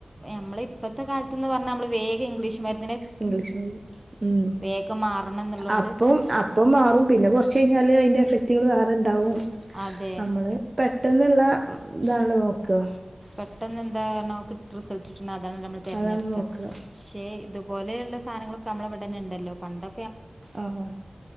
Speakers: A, on the right (about 15°); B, on the right (about 40°).
A: നമ്മള് ഇ പ്പത്തെ കാലത്ത്ന്ന് പറഞ്ഞാ നമ്മള് വേഗം ഇംഗ്ലീഷ് മര്
B: ഇംഗ്ലീഷ് മീഡിയം ഉം
A: വേഗം മാറണം എന്നുള്ളോണ്ട്
B: അപ്പം അപ്പം മാറും പിന്നെ കുറച്ച് കഴിഞ്ഞാല് അതിന്റെ എഫക്ടീവ് വേറണ്ടാവും
A: ഉണ്ടാവും. അതെ
B: നമ്മള് പെ ട്ടെന്നുള്ള ഉം ഇതാണല്ലോ നോക്കാ
A: പെട്ടെന്ന് എന്താകാനോ ക് ട്ട് റിസൾട്ട് ട്ട് അതാണല്ലോ നമ്മൾ തിരഞ്ഞെടുക്കാ
B: അതാണ് നോക്കുക
A: ക്ഷെ ഇത് പോലെയുള്ള സാനങ്ങളൊക്കെ നമ്മളവടെന്നെ ണ്ടല്ലോ പണ്ടൊ
B: ആഹ്